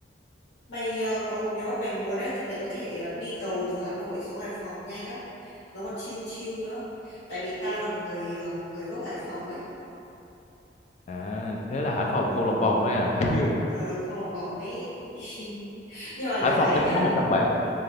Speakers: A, on the left; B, on the left.
A: mày à, có nếu mà mày muốn ấy thì mày có thể à, đi tàu từ Hà Nội xuống Hải Phòng nhanh lắm. Nó còn chill chill nữa. Tại vì tao là người à, người gốc Hải Phòng ấy.
B: À, thế là Hải Phòng không lòng vòng ấy à? <laughs>
A: Ờ, không lòng vòng ấy. <laughs> Nhưng mà được
B: Hải Phòng
A: cái
B: tao
A: nhá.
B: cũng có một thằng bạn